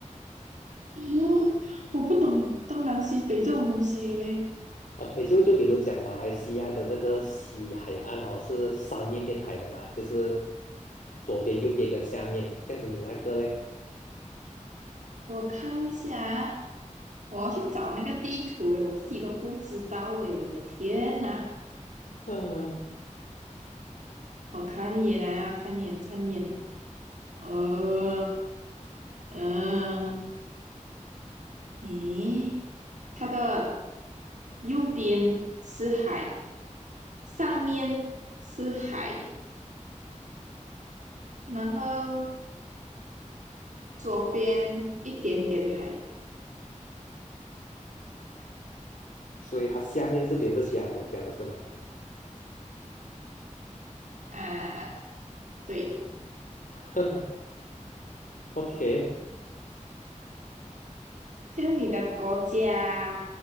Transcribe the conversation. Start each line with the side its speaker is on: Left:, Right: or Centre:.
Right: 哦，我不懂东南西北这种东西嘞。
Left: OK，就就比如讲马来西亚的这个西海岸哦，是三面面海的嘛，就是左边、右边跟下面这样子。你那个嘞，
Right: 我看一下，我要去找那个地图诶，我自己都不知道诶，我的天呐！
Left: 嗯，
Right: 我看一眼啊，看一眼，看一眼，呃，嗯，咦，它的右边是海，上面是海，然后左边一点点海
Left: 所以它下面是连着其他国家的是吗
Right: 啊，对。
Left: <laughs>？OK，
Right: 像你的国家，